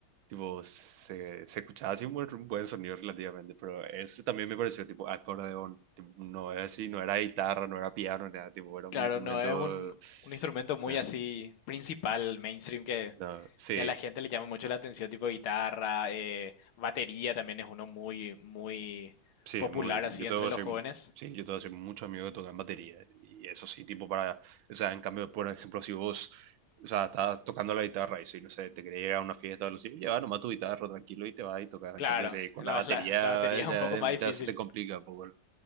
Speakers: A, on the right (about 80°); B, on the left (about 80°).
A: tipo, se, se escuchaba así un buen, un buen sonido relativamente, pero eso también me pareció, tipo, acordeón, tipo, no era así, no era guitarra, no era piano, nada, tipo, era un
B: Claro,
A: instrumento,
B: no es un, un instrumento muy
A: nah,
B: así principal, mainstream, que,
A: no, sí,
B: que a la gente le llama mucho la atención, tipo guitarra, eh, batería también es uno muy, muy
A: Sí,
B: popular
A: muy.
B: así
A: Yo tengo
B: entre
A: que
B: los
A: ser,
B: jóvenes.
A: sí, yo tengo que ser mucho amigo que tocan batería. Y eso sí, tipo para. O sea, en cambio, por ejemplo, si vos. O sea, estás tocando la guitarra y si no sé, te querés ir a una fiesta o algo así, lleva nomás tu guitarra tranquilo y te vas y tocas.
B: Claro,
A: En cambio, si con
B: la,
A: la batería
B: la- la batería
A: eh,
B: es
A: ya,
B: un poco más
A: eh,
B: difícil.
A: ya se te complica un poco. el-